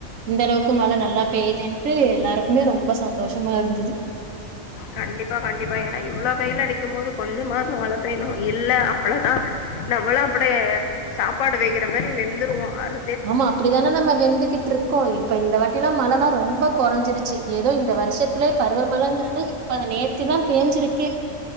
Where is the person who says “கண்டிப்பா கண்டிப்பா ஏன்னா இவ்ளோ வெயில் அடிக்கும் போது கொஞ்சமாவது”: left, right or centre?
Left